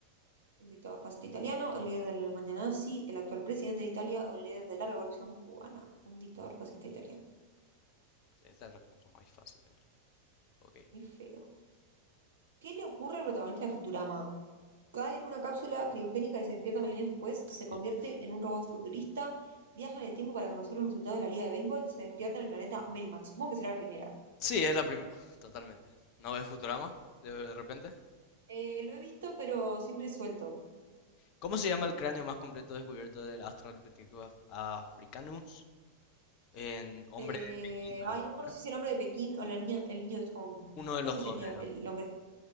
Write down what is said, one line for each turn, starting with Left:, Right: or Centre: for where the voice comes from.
Right: Un dictador fascista italiano, el líder de la Alemania nazi, el actual presidente de Italia o el líder de la Revolución cubana. Un dictador fascista italiano.
Left: Sí, esta la puso más fácil, eh. Ok.
Right: Muy feo. ¿Qué le ocurre al protagonista de Futurama? Cae en una cápsula criogénica y se despierta mil años después, se convierte
Left: Sí.
Right: en un robot futurista, viaja en el tiempo para conocer los resultados de la Liga de Béisbol, se despierta en el planeta Melmac. Supongo que será la primera.
Left: Sí, es la primera, totalmente. ¿No ves Futurama? De, de repente.
Right: Eh, lo he visto, pero siempre suelto.
Left: ¿Cómo se llama el cráneo más completo descubierto del Australopithecus af- africanus? En hombre
Right: Eh,
Left: de Pekín, creo
Right: ay,
Left: que
Right: no me acuerdo
Left: era.
Right: si es el hombre de Pekín o la niña, el niño de Tong.
Left: Uno de
Right: Creo
Left: los
Right: que es
Left: dos
Right: el niño,
Left: era.
Right: el hombre.